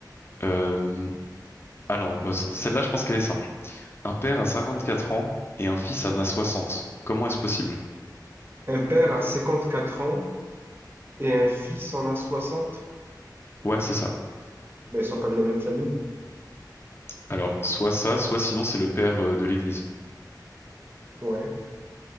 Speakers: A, on the left; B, on the right.
A: Euh, ah non, bah, c- celle-là, je pense qu'elle est simple. Un père a 54 ans et un fils en a 60. Comment est-ce possible?
B: Un père a quatre ans et un fils en a soixante
A: Ouais, c'est ça.
B: Ben, ils sont pas de la même famille.
A: Alors, soit ça, soit sinon c'est le père, euh, de l'église.
B: Ouais.